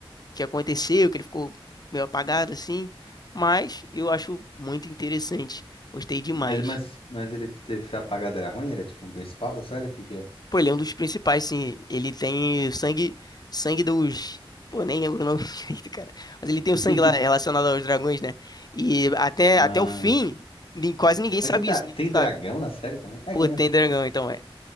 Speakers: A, on the left (about 45°); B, on the left (about 80°).
A: Que aconteceu, que ele ficou meio apagado assim. Mas eu acho muito interessante. Gostei demais.
B: Mas, mas, mas ele teve apagado, era ruim? Era tipo um principal da série? O que que é?
A: Pô, ele é um dos principais, sim. Ele tem sangue, sangue dos. Pô, nem lembro o nome <laughs> direito, cara. Mas ele tem o
B: <laughs>
A: sangue lá relacionado aos dragões, né? E até,
B: Ah,
A: até o fim, nin- quase ninguém sabe
B: mas tem, dra-
A: isso, ninguém
B: tem
A: sabe.
B: dragão na série também? Ah,
A: Pô,
B: Game
A: tem
B: of...
A: dragão, então é.